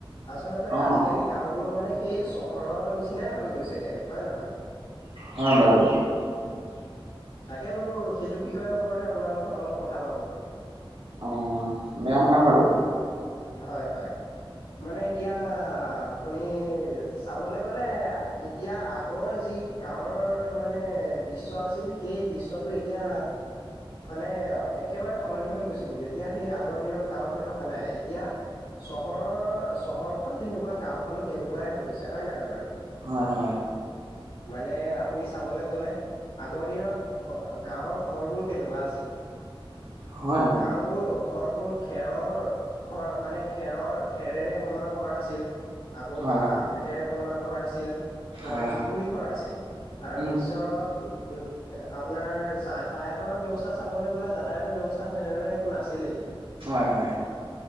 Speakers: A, on the left; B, on the right.
A: আচলতে
B: অ
A: আজিকালি গাওঁবোৰো মানে সেই চহৰৰ নিচিনাই হৈ গৈছে গে, হয় নে নহয়?
B: হয় বাৰু।
A: তাকে বোলো সেইটো বিষয়ৰ ওপৰতে আপোনাৰ লগত অলপ কথা পাতো।
B: অ' বেয়া নহয় বাৰু।
A: উম হয় হয়, মানে এতিয়া আপুনি চাবলৈ গ'লে এ এতিয়া আগৰ যি গাঁৱৰ মানে দৃশ্য আছিল, সেই দৃশ্যটো এতিয়া মানে একেবাৰে সলনি হৈ গুচি গল, এতিয়া সেই আগৰ দিনৰ গাঁও হৈ থকা নাই। এতিয়া চহৰৰ চহৰখন যেনেকুৱা গাঁওখনো তেনেকুৱাই হৈ গৈছে, হয় নহয় বাৰু?
B: হয় হয়।
A: মানে, আপুনি চাবলৈ গলে আগৰ দিনত গাঁৱৰ ঘৰবোৰ কেনেকুৱা আছিল
B: হয় হয়
A: গাওঁবোৰ ঘৰবোৰ খেৰৰ, ঘৰ মানে খেৰৰ খেৰেৰে বনোৱা ঘৰ আছিল। আকৌ
B: হয়
A: বাঁহ
B: হয় হয়
A: বেতেৰে বনোৱা ঘৰ আছিল, মানে
B: হয়
A: জুপুৰি
B: হয়
A: ঘৰ আছিল। তাৰ
B: উম
A: পিছত, উম আপোনাৰ যাতায়াতৰ ব্যৱস্থা চাবলে গ'লে যাতায়াতৰ ব্যৱ অৱস্থা তেনেদৰে একো নাছিলেই।
B: হয় হয়।